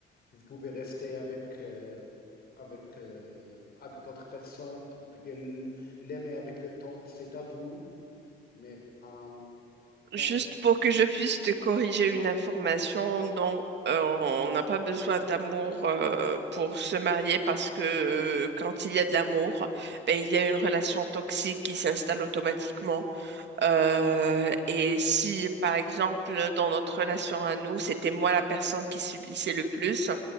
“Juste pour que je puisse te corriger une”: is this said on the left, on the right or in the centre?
Right